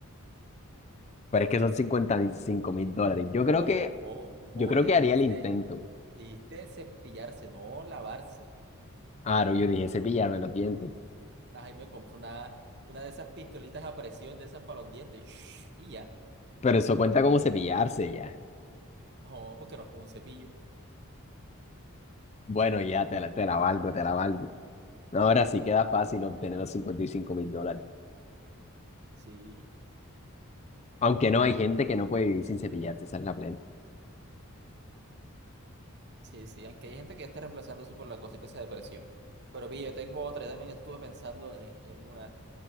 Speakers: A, on the left; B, on the right.
A: Pero es que son cincuenta y cinco mil dólares. Yo creo
B: Ojo,
A: que,
B: ojo, ojo
A: yo creo
B: que
A: que
B: dijiste,
A: haría el intento.
B: dijiste cepillarse, no lavarse.
A: Claro, yo dije cepillarme los dientes,
B: Ahí me compré una, una de esas pistolitas a presión, de esas para los dientes. shhh, y ya.
A: pero eso cuenta como cepillarse ya.
B: No, porque no es como un cepillo.
A: Bueno, ya te la, te la valgo, te la valgo. Ahora sí queda fácil obtener los cincuenta y cinco mil dólares.
B: Sí,
A: Aunque no, hay gente que no puede vivir sin cepillarse, esa es la plena.
B: sí, sí. Aunque hay gente que ya está reemplazando eso por la cosita esa de presión. Pero pille, yo tengo otra. Yo también estuve pensando en, en una.